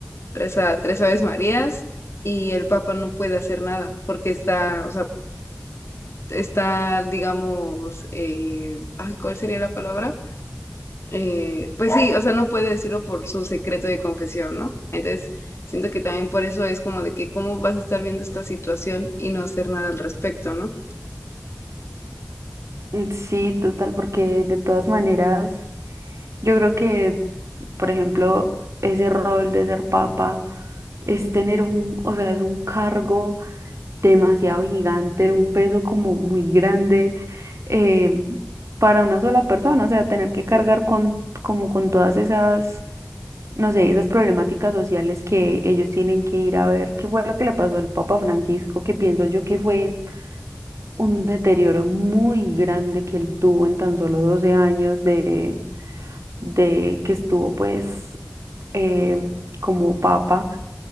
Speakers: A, on the left (about 55°); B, on the right (about 65°).
A: reza tres Aves Marías y el Papa no puede hacer nada porque está, o sea, está, digamos, eh, ay, ¿cuál sería la palabra? Eh, pues sí, o sea, no puede decirlo por su secreto de confesión, ¿no? Entonces, siento que también por eso es como de que cómo vas a estar viendo esta situación y no hacer nada al respecto, ¿no?
B: Sí, total, porque de todas maneras, yo creo que, por ejemplo, ese rol de ser papa es tener un, o sea, es un cargo demasiado gigante, un peso como muy grande eh, para una sola persona, o sea, tener que cargar con, como con todas esas, no sé, esas problemáticas sociales que ellos tienen que ir a ver qué fue lo que le pasó al Papa Francisco, que pienso yo que fue un deterioro muy grande que él tuvo en tan solo 12 años de, de que estuvo pues eh, como papa